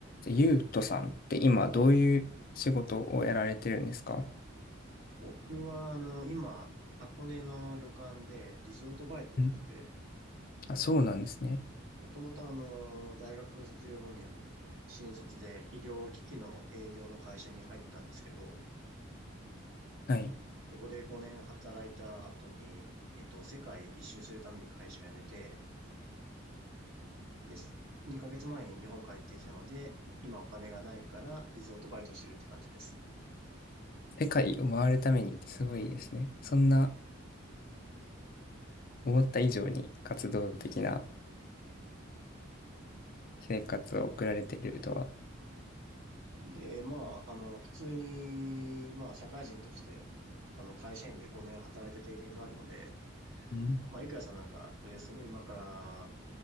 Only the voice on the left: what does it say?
ゆうとさんって今どういう仕事をやられてるんですか
んあ、そうなんですね。
はい。
世界を回るためにってすごいですね。そんな思った以上に活動的な生活を送られてるとは、
うん